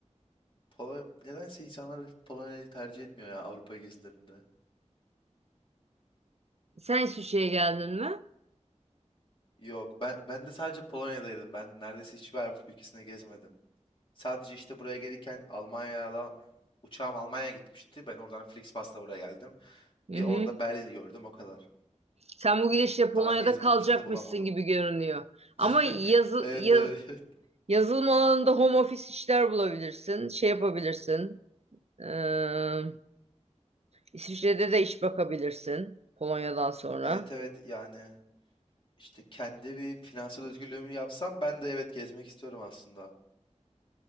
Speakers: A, on the left (about 45°); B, on the right (about 60°).
A: Polo nedense insanlar Polonya'yı tercih etmiyor ya Avrupa gezilerinde.
B: Sen İsviçre'ye geldin mi?
A: Yok ben ben de sadece Polonya'daydım. Ben neredeyse hiçbir Avrupa ülkesine gezmedim. Sadece işte buraya gelirken Almanya'da uçağım Almanya'ya gitmişti. Ben oradan Flixbus'la buraya geldim. Bir
B: Hı hı.
A: orada Berlin'i gördüm o kadar.
B: Sen bu gidişle Polonya'da
A: Daha gezme
B: kalacakmışsın
A: fırsatı bulamadım.
B: gibi görünüyor.
A: <laughs>
B: Ama yazı,
A: Evet
B: yaz-
A: evet. <laughs>
B: yazılım alanında home office işler bulabilirsin. Şey yapabilirsin. Ee, İsviçre'de de iş bakabilirsin Polonya'dan sonra.
A: Evet evet yani işte kendi bir finansal özgürlüğümü yapsam ben de evet gezmek istiyorum aslında.